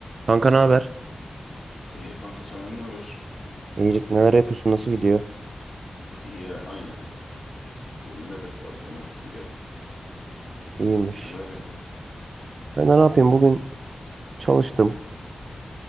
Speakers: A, on the right (about 70°); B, on the left (about 50°).
A: Kanka
B: Selam.
A: ne haber?
B: İyi kanka senden ne haber?
A: İyilik neler yapıyorsun? Nasıl gidiyor?
B: İyi ya, aynı. Bugün nöbet vardı ona gittim geldim.
A: İyiymiş.
B: Sen neler yapıyorsun?
A: Ben de ne yapayım? Bugün çalıştım.